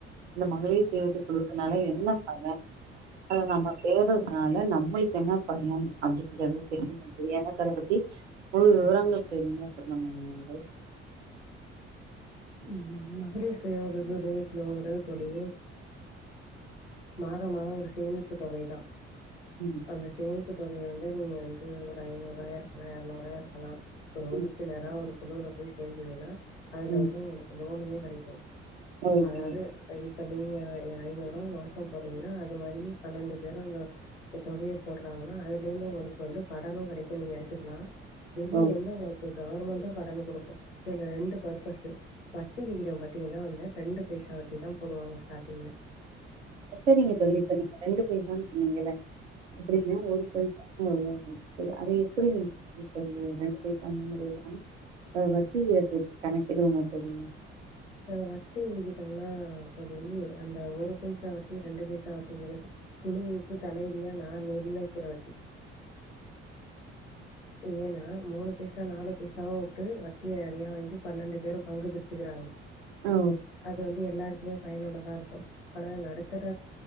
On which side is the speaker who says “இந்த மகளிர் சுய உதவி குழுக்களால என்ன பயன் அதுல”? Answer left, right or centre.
Right